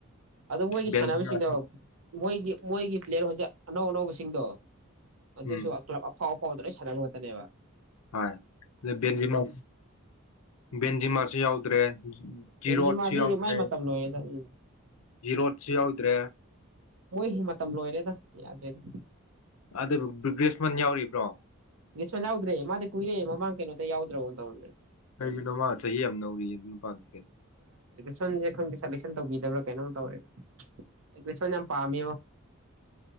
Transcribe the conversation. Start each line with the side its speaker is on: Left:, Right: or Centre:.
Right: ꯑꯗꯨ ꯃꯣꯏꯒꯤ
Left: ꯕꯦꯟꯖꯤꯃꯥ
Right: ꯁꯥꯟꯅꯕꯁꯤꯡꯗꯣ ꯃꯣꯏꯒꯤ ꯃꯣꯏꯒꯤ ꯄ꯭ꯂꯦꯌꯔ ꯍꯧꯖꯤꯛ ꯑꯅꯧ ꯑꯅꯧꯕ꯫ ꯁꯤꯡꯗꯣ꯫ ꯑꯗꯨꯁꯨ
Left: ꯎꯝ
Right: ꯑꯀꯂꯞ ꯑꯐꯥꯎ꯫ ꯍꫭꯜꯗ ꯂꫭꯜ ꯁꯥꯅꯕ ꯉꯥꯇꯅ‌ꯦꯕ꯫
Left: ꯍꯣꯏ ꯑꯗ ꯕꯦꯟꯖꯤꯃꯥ ꯕꯦꯟꯖꯤꯃꯥꯁꯨ ꯌꯥꯎꯗ꯭ꯔꯦ ꯖꯤꯔꯣꯠꯁꯨ
Right: ꯕꯦꯟꯖꯤꯃꯥꯗꯤ
Left: ꯌꯥꯎꯗ꯭ꯔꯦ꯫
Right: ꯃꯥꯏ ꯃꯇꯝ ꯂꯣꯏꯔꯦꯗ ꯎꯝ
Left: ꯖꯤꯔꯣꯠꯁꯨ ꯌꯥꯎꯗ꯭ꯔꯦ꯫
Right: ꯃꯣꯏ ꯃꯇꯝ ꯂꯣꯏꯔꯦꯗ ꯌꯥꯗ꯭ꯔꯦꯗ꯫
Left: ꯑꯗꯨꯕꯨ ꯒ꯭ꯔꯤꯁꯃꯟ ꯌꯥꯎꯔꯤꯕ꯭ꯔꯣ꯫
Right: ꯒꯁꯃꯦꯟ ꯌꯥꯎꯗ꯭ꯔꯦ ꯃꯥꯗꯤ ꯀꯨꯏꯔ‌ꯦ ꯃꯃꯥꯡ ꯀꯩꯅꯣꯗꯩ ꯌꯥꯎꯗ꯭ꯔꯥꯒꯨꯝ ꯇꯧꯅꯤ꯫
Left: ꯀꯩꯒꯤꯅꯣ ꯃꯥ ꯆꯍꯤ ꯌꯥꯝ ꯅꯧꯔꯤꯌꯦ ꯑꯗꯨ ꯅꯨꯄꯥꯗꯨꯗꯤ꯫
Right: ꯈꯟꯗ‌ꯦ ꯈꯪꯗꯦ ꯁꯦꯂꯦꯛꯁꯟ ꯇꯧꯕꯤꯗꯕ꯭ꯔꯥ ꯀꯩꯅꯣꯝ ꯇꯧꯑꯦꯕ꯫ ꯄꯥꯝꯃꯤꯉꫭ꯫